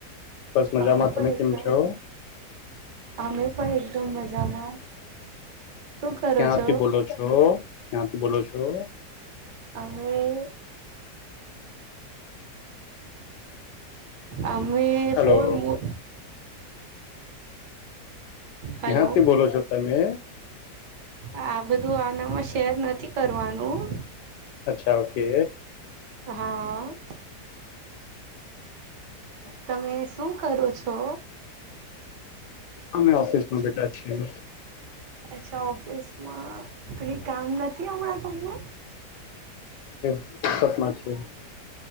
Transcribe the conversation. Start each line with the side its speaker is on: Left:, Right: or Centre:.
Left: બસ મજામાં
Right: અમે પણ
Left: તમે
Right: એકદમ.
Left: કેમ છો
Right: અમે પણ એકદમ મજામાં. શું કરો
Left: ક્યાંથી
Right: છો
Left: બોલો છો? ક્યાંથી બોલો છો?
Right: અમે અમે
Left: હલો
Right: તોય મોં હલો
Left: ક્યાંથી બોલો છો તમે?
Right: આ બધું આનામાં શેર નથી કરવાનું.
Left: અચ્છા ઓકે.
Right: હા. તમે શું કરો છો?
Left: અમે ઓફિસમાં બે થા છી.
Right: ચ્છા ઓફિસમાં કંઈ કામ નથી અમણાં તમને?
Left: <unintelligible> માં છે.